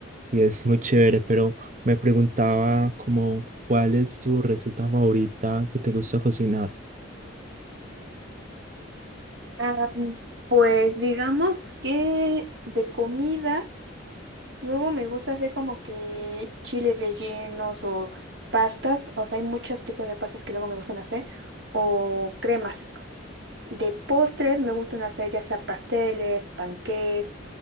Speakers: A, on the right; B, on the right.
A: y es muy chévere, pero me preguntaba como cuál es tu receta favorita que te gusta cocinar.
B: Ah, pues digamos que de comida. Luego me gusta hacer como que chiles rellenos o pastas, o sea, hay muchos tipos de pastas que luego me gustan hacer, o cremas. De postres me gustan hacer ya sea pasteles, panqués